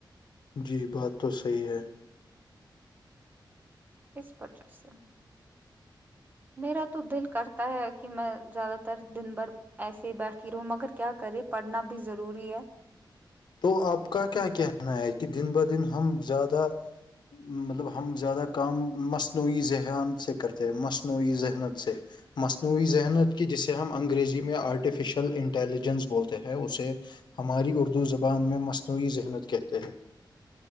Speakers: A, on the left; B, on the right.
A: جی بات تو صحیح ہے
B: اس وجہ سے میرا تو دل کرتا ہے کہ میں زیادہ تر دن بھر ایسے ہی بیٹھی رہوں مگر کیا کرے پڑھنا بھی ضروری ہے
A: تو آپ کا کیا کہنا ہے کہ دن دن ہم زیادہ مطلب ہم زیادہ کام مصنوعی ذہان سے کرتے ہیں مصنوعی ذہنت سے مصنوعی ذہنت کی جسے ہم انگریزی میں آرٹیفیشیل انٹیلیجنس بولتے ہیں اسے ہماری اردو زبان میں مصنوعی ذہنت کہتے ہیں